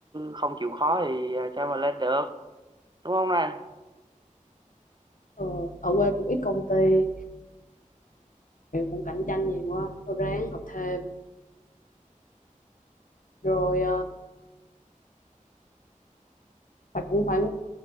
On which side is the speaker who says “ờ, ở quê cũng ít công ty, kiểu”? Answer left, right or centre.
Left